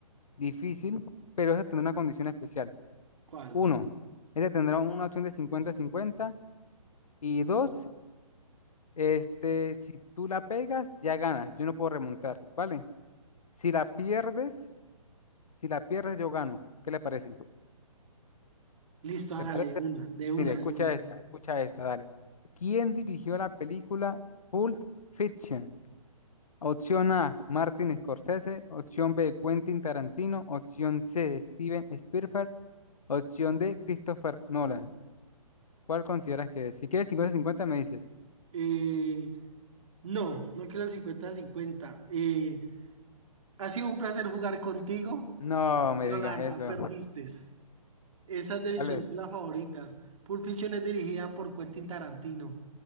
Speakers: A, on the left; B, on the right.
A: difícil, pero esa tendrá una condición especial.
B: ¿Cuál?
A: Uno, esta tendrá una opción de 50 cincuenta y dos, este, si tú la pegas, ya ganas, yo no puedo remontar, ¿vale? Si la pierdes Si la pierdes, yo gano. ¿Qué le parece?
B: Listo, hágale
A: ¿Te parece?
B: de una, de una,
A: Mire, escucha
B: de una.
A: esta, escucha esta, dale. ¿Quién dirigió la película Pulp Fiction? Opción A, Martin Scorsese. Opción B, Quentin Tarantino. Opción C, Steven Spielberg. Opción D, Christopher Nolan. ¿Cuál consideras que es? Si quieres cincuenta cincuenta me dices.
B: Eh, no, no quiero el cincuenta-cincuenta. Eh, ha sido un placer jugar contigo,
A: No me
B: pero
A: digas
B: la verdad
A: eso.
B: perdiste. Esa es de
A: ¿Cuál
B: mis películas
A: es?
B: favoritas. Pulp Fiction es dirigida por Quentin Tarantino.